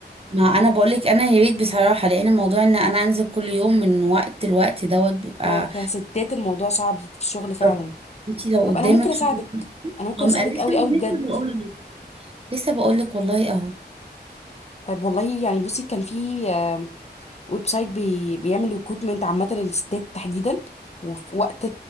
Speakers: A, on the right; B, on the left.
A: ما انا بقولك انا يا ريت بصراحة لان موضوع ان انا انزل كل يوم من وقت لوقت دوت بيبقى
B: اه كستات الموضوع صعب في الشغل فعلا
A: طب انتي لو
B: طب
A: قدامك
B: انا ممكن اساعدك
A: شغل
B: انا ممكن
A: أم-
B: اساعدك
A: لسه
B: قوي
A: لسه
B: قوي بجد
A: بقولك لسه بقولك والله اهو
B: طيب والله يعني بصي كان في آه، ويب سايت بي... بيعمل ريكروتمنت عامة للستات تحديدا وفي وقت